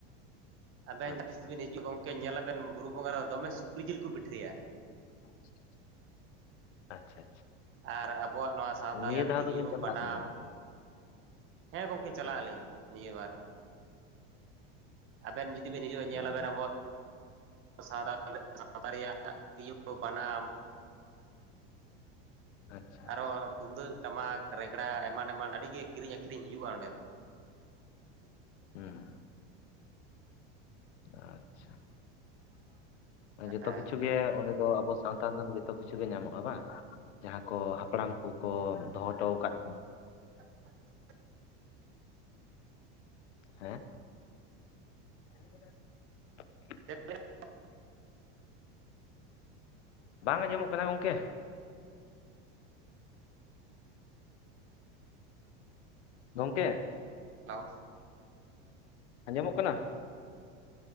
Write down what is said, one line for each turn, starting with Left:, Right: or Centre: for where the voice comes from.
Right: ᱟᱵᱮᱱ
Left: ᱟᱪᱪᱷᱟ
Right: ᱡᱟᱦᱟᱸ ᱛᱤᱥ ᱵᱮᱱ ᱦᱤᱡᱩᱜᱼᱟ ᱜᱚᱝᱠᱮ ᱧᱮᱞᱟᱵᱮᱱ ᱵᱩᱨᱩ ᱵᱚᱸᱜᱟ ᱨᱮ ᱫᱚᱢᱮ ᱥᱩᱠᱨᱤ ᱡᱤᱞ ᱠᱚ ᱯᱤᱴᱷᱟᱹᱭᱟ᱾
Left: ᱟᱪᱪᱷᱟ, ᱟᱪᱪᱷᱟ
Right: ᱟᱨ ᱟᱵᱚᱣᱟᱜ ᱱᱚᱣᱟ ᱥᱟᱶᱛᱟ
Left: ᱱᱤᱭᱟᱹ
Right: ᱨᱮᱭᱟᱜ
Left: ᱫᱷᱟᱣ
Right: ᱛᱤᱨᱭᱳ
Left: ᱫᱚᱵᱮᱱ ᱪᱟᱞᱟᱜ
Right: ᱵᱟᱱᱟᱢ᱾
Left: ᱟᱥᱮ ᱵᱟᱝ ᱛᱟᱦᱚᱞᱮ
Right: ᱦᱮᱸ ᱜᱚᱝᱠᱮ ᱪᱟᱞᱟᱜ ᱟᱹᱞᱤᱧ ᱱᱤᱭᱟᱹ ᱵᱟᱨ ᱾ ᱟᱵᱮᱱ ᱡᱩᱫᱤ ᱵᱮᱱ ᱦᱤᱡᱩᱜᱼᱟ ᱧᱮᱞᱟᱵᱮᱱ
Left: ᱦᱩᱸ,
Right: ᱟᱵᱚᱭᱟᱜ᱾ ᱥᱟᱶ ᱥᱟᱶᱛᱟ ᱨᱮᱭᱟᱜ ᱛᱤᱨᱭᱳ ᱵᱟᱱᱟᱢ᱾
Left: ᱟᱪᱪᱷᱟ
Right: ᱟᱨᱚ
Left: ᱟᱪᱪᱷᱟ,
Right: ᱛᱩᱢᱫᱟᱹᱜ ᱴᱟᱢᱟᱠ ᱨᱮᱜᱽᱲᱟ ᱮᱢᱟᱱ ᱮᱢᱟᱱ ᱟᱹᱰᱤ ᱜᱮ ᱠᱤᱨᱤᱧ ᱟᱠᱨᱤᱧ ᱦᱩᱭᱩᱜᱼᱟ ᱚᱸᱰᱮ ᱫᱚ᱾
Left: ᱦᱮᱸ ᱟᱪᱪᱷᱟ ᱡᱚᱛᱚ
Right: ᱦᱮᱸ
Left: ᱠᱤᱪᱷᱩ ᱜᱮ ᱚᱸᱰᱮ ᱫᱚ ᱟᱵᱚ ᱥᱟᱶᱛᱟ ᱨᱮᱱᱟᱜ ᱫᱚ ᱡᱚᱛᱚ ᱠᱤᱪᱷᱩ ᱜᱮ ᱧᱟᱢᱚᱜᱼᱟ ᱵᱟᱝ? ᱡᱟᱦᱟᱸ ᱠᱚ ᱦᱟᱯᱲᱟᱢ ᱠᱚᱠᱚ ᱫᱚᱦᱚ ᱦᱚᱴᱚ ᱟᱠᱟᱫ
Right: <inaudible>
Left: ᱦᱮᱸ <inaudible>
Right: <unintelligible>
Left: ᱵᱟᱝ ᱟᱸᱡᱚᱢᱚᱜ ᱠᱟᱱᱟ ᱜᱚᱝᱠᱮ? ᱜᱚᱝᱠᱮ?
Right: ᱛᱟᱣ
Left: ᱟᱸᱡᱚᱢᱚᱜ ᱠᱟᱱᱟ?